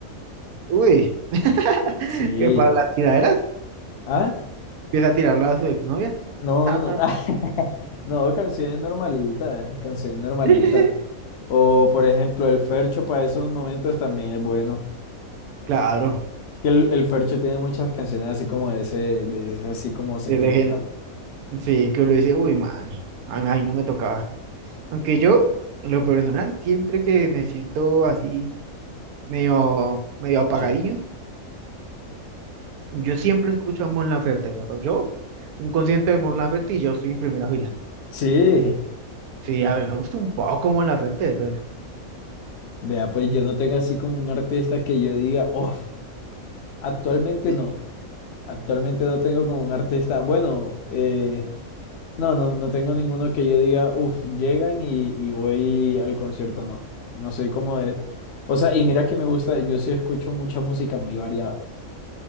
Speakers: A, on the right; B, on the left.
A: Uy, <laughs>
B: Sí.
A: que para las tiraderas
B: ¿Ah?
A: empieza a tirarla a su exnovia.
B: No,
A: Ta,
B: no.
A: ta,
B: <laughs>
A: ta.
B: No, canciones normalitas, canciones normalitas.
A: <laughs>
B: O por ejemplo, el Fercho para esos momentos también es bueno.
A: Claro,
B: Es que el, el Fercho tiene muchas canciones así como de ese, de ese así como sentimental.
A: que dejen, sí, que uno dice, uy, man, ay, ay, no me tocaba. Aunque yo, en lo personal, siempre que me siento así, medio, medio apagadiño,
B: Sí.
A: Yo siempre escucho a Mon Laferte, pero yo, un concierto de Mon Laferte y yo estoy en primera fila.
B: Sí,
A: Sí, a mí me gusta un poco Mon Laferte, pero
B: vea, pues yo no tengo así como un artista que yo diga, uff, actualmente
A: sí,
B: no, actualmente no tengo como un artista, bueno, eh, no, no, no tengo ninguno que yo diga, uff, llegan y, y voy al concierto, no, no soy como de, o sea, y mira que me gusta, yo sí escucho mucha música muy variada.